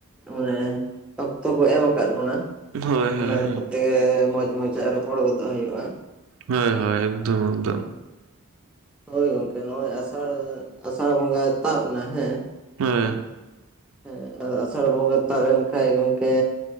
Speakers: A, in the centre; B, on the right (about 70°).
A: ᱢᱟᱱᱮ ᱚᱠᱛᱚ ᱠᱚ ᱮᱢ ᱟᱠᱟᱫ ᱵᱚᱱᱟ᱾
B: ᱦᱩᱸ ᱦᱳᱭ ᱦᱳᱭ
A: ᱚᱱᱟ
B: ᱦᱳᱭ
A: ᱠᱚᱛᱮ ᱜᱮ, ᱢᱚᱸᱡᱽ ᱢᱚᱸᱡᱽᱟᱜ ᱨᱚᱯᱚᱲ ᱜᱚᱫᱚᱜ ᱦᱳᱭᱳᱜᱼᱟ᱾
B: ᱦᱳᱭ ᱦᱳᱭ ᱮᱠᱫᱚᱢ ᱮᱠᱫᱚᱢ᱾
A: ᱦᱳᱭ ᱜᱚᱝᱠᱮ ᱱᱚᱜ-ᱚᱭ, ᱟᱥᱟᱲ ᱟᱥᱟᱲ ᱵᱚᱸᱜᱟ ᱛᱟᱵ ᱱᱟ ᱦᱮᱸ᱾
B: ᱦᱮᱸ᱾
A: ᱦᱮᱸ ᱟᱫᱚ ᱟᱥᱟᱲ ᱵᱚᱸᱜᱟ ᱛᱟᱵ ᱮᱱᱠᱟᱡ ᱜᱚᱝᱠᱮ,